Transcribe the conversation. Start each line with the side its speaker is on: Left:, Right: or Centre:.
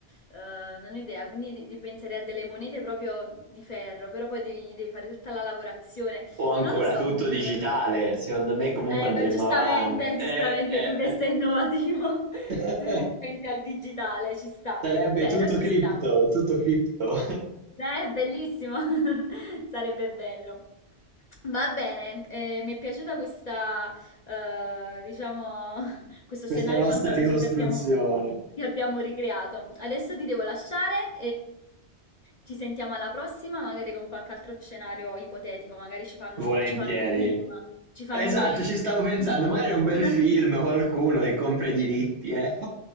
Left: eh, non ho idea, quindi di- di- penserei a delle monete proprio di ferro, però poi devi, devi fare tutta la lavorazione.
Right: O ancora
Left: Non lo so,
Right: tutto
Left: questa
Right: digitale,
Left: cosa.
Right: secondo me comunque
Left: Eh,
Right: andremo
Left: beh, giustamente,
Right: avanti. Eh,
Left: giustamente,
Right: eh,
Left: tu
Right: eh.
Left: che sei innovativo,
Right: <laughs>
Left: <laughs> tu pensi al digitale, ci sta.
Right: Sarebbe
Left: Vero,
Right: tutto
Left: ci
Right: cripto,
Left: sta.
Right: tutto cripto. <laughs>
Left: Eh, bellissimo, <laughs> sarebbe bello. Va bene, eh, mi è piaciuta questa, eh, diciamo, <laughs> questo
Right: Questa
Left: scenario
Right: nostra
Left: fantasioso
Right: ricostruzione.
Left: che abbiamo, che abbiamo ricreato. Adesso ti devo lasciare ci sentiamo alla prossima, magari con qualche altro scenario ipotetico, magari ci fanno,
Right: Volentieri.
Left: ci fanno un film, ci fanno
Right: Esatto,
Left: un bel film.
Right: ci stavo pensando, magari un bel
Left: <laughs>
Right: film, qualcuno che compra i diritti, eh.